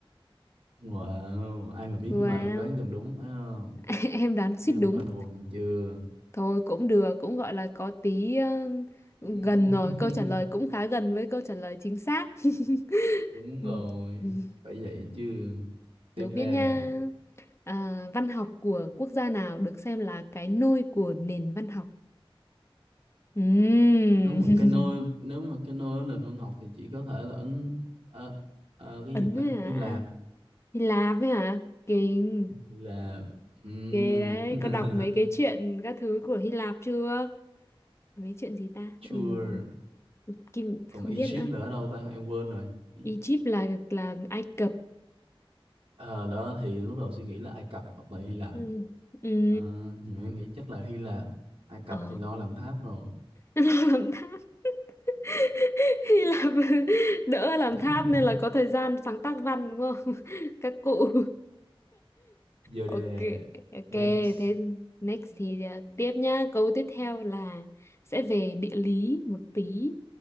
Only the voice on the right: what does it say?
wow ai mà biết
nhưng mà em đoán gần đúng thấy không
thấy
không khoanh vùng chưa
Ừm,
<laughs>
đúng
rồi phải vậy chứ tiếp
đề
nếu mà cái nơi
nếu mà cái nơi ở nền văn học thì chỉ có thể là ấn ờ, ờ, cái
gì ta
Hy Lạp
là um,
<laughs>
sure
còn
Egypt
là ở đâu ta em quên rồi Ý-
Ờ, đó thì lúc đầu suy nghĩ là Ai Cập hoặc là Hy Lạp
Ờ, nhưng mà em nghĩ chắc là Hy Lạp Ai Cập
thì lo làm tháp rồi
<laughs>
giờ
đề
next